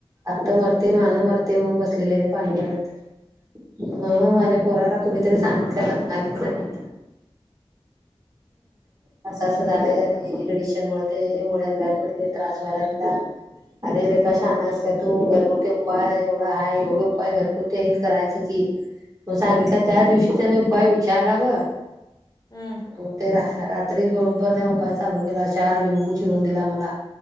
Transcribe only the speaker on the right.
आत्ता
मरते मान मरते म्हणून बसलेले पाणी घालत मग
माझ्या पोराला कुणीतरी सांगितलं रत्नागिरी च असं झालंय आणि रवि त्यामुळे ते मुळव्याद बाहेर पडले त्रास व्हय लागला. अरे लेका शहाणा आहेस का तू घरगुती उपाय एवढा आहे एवढे उपाय घरगुती करायचं की मग सांगितलं त्या
दिवशी त्याने उपाय विचारला ब
हो ते रात्रीच बरोबर त्याने उपाय चालू केला चार लिंबू चिरून दिला मला.